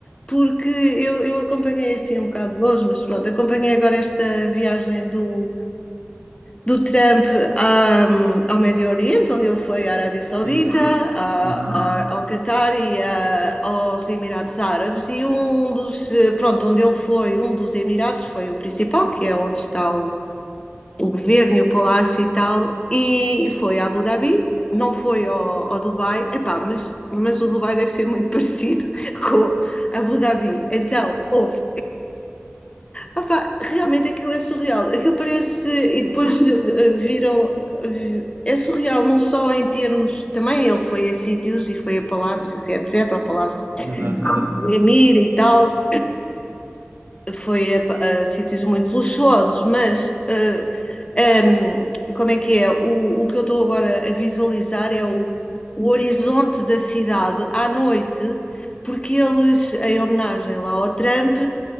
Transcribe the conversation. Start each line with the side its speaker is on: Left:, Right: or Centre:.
Left: porque eu, eu acompanhei assim um bocado de longe, mas pronto, acompanhei agora esta viagem do, do Trump à- ao Médio Oriente, onde ele foi à Arábia Saudita,
Right: Sim.
Left: à-
Right: Uhum.
Left: à- ao Catar e à- aos Emirados Árabes, e um dos, eh, pronto, onde ele foi, um dos Emirados foi o principal, que é onde está o, o governo e o palácio e tal, e foi a Abu Dhabi, não foi ao, ao Dubai, epá, mas, mas o Dubai deve ser muito <laughs> parecido com a Abu Dhabi. Então, houve, Opa, realmente aquilo é surreal. Aquilo parece. E
Right: Sim.
Left: depois eh, eh, viram. vi- É surreal, não só em termos. Também ele foi a sítios e foi a palácios, e etc. Ao Palácio
Right: Exato, exato.
Left: de Emir e tal. Foi a, pa- a sítios muito luxuosos, mas. eh, ehm, como é que é? O, o que eu estou agora a visualizar é o, o horizonte da cidade à noite, porque eles, em homenagem lá ao Trump